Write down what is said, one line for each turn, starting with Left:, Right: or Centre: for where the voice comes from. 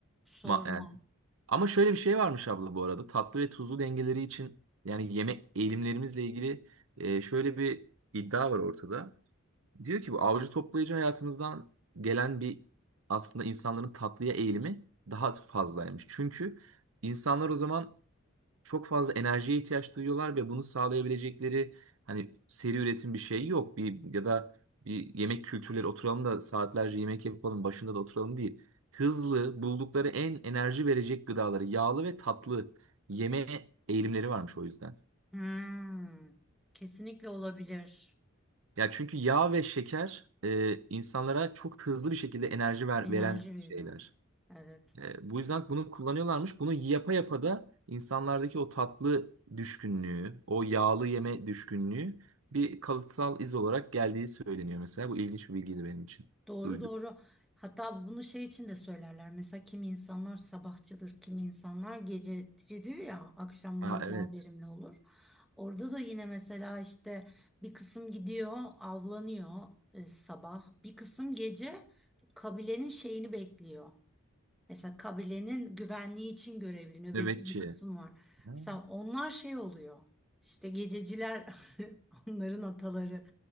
Centre: Sorma.
Right: Ma- yani Ama şöyle bir şey varmış abla bu arada. Tatlı ve tuzlu dengeleri için yani yeme eğilimlerimizle ilgili e, şöyle bir iddia var ortada. Diyor ki bu avcı toplayıcı hayatımızdan gelen bir aslında insanların tatlıya eğilimi daha fazlaymış. Çünkü insanlar o zaman çok fazla enerjiye ihtiyaç duyuyorlar ve bunu sağlayabilecekleri hani seri üretim bir şey yok. Bir ya da bir yemek kültürleri oturalım da saatlerce yemek yapalım, başında da oturalım değil. Hızlı, buldukları en enerji verecek gıdaları, yağlı ve tatlı yeme eğilimleri varmış o yüzden.
Centre: Hmm. Kesinlikle olabilir.
Right: Ya çünkü yağ ve şeker e, insanlara çok hızlı bir şekilde enerji ver,
Centre: Enerji
Right: veren
Centre: veriyor.
Right: şeyler.
Centre: Evet.
Right: E, bu yüzden bunu kullanıyorlarmış. Bunu yapa yapa da insanlardaki o tatlı düşkünlüğü, o yağlı yeme düşkünlüğü bir kalıtsal iz olarak geldiği söyleniyor mesela. Bu ilginç bir bilgiydi benim için.
Centre: Doğru
Right: Duydum.
Centre: doğru. Hatta bunu şey için de söylerler. Mesela kimi insanlar sabahçıdır, kimi insanlar gececidir ya, akşamları
Right: Aa, evet.
Centre: daha verimli olur. Orada da yine mesela işte bir kısım gidiyor, avlanıyor e, sabah. Bir kısım gece kabilenin şeyini bekliyor. Mesela kabilenin güvenliği için görevli nöbetçi
Right: Nöbetçi.
Centre: bir kısım var.
Right: Ha,
Centre: Mesela onlar şey oluyor. İşte gececiler <laughs> onların ataları.